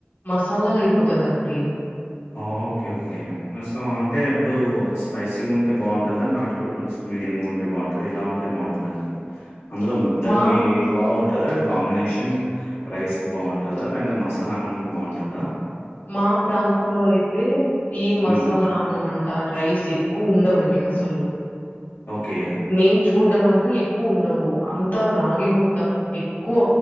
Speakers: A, on the left; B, on the left.
A: మసాలాగా అయిపోతదండి
B: ఓకే ఓకే సో అంటే ఇప్పుడు స్పైసీగా ఉంటే బావుంటదా నాట్ కోడి పుల్స్ మీడియం గా ఉంటే బావుంటదా ఎలా ఉంటే బావుంటందండి అందులో ముద్దకి
A: మా
B: బాగుంటద కాంబినేషన్ రైస్ కి బాగుంటుదా లే అంటే మసాలా అన్నం కి బాగుంటుద
A: మా ప్రాంతంలో అయితే ఈ
B: హ్మ్.
A: మసాలా అన్నం అం రైస్ ఎక్కువ ఉండవండి అసలు
B: ఓకే.
A: మేం చూ చూడ్డం అంటూ ఎక్కువ ఉండవు అంతా రాగి ముద్ద ఎక్కువ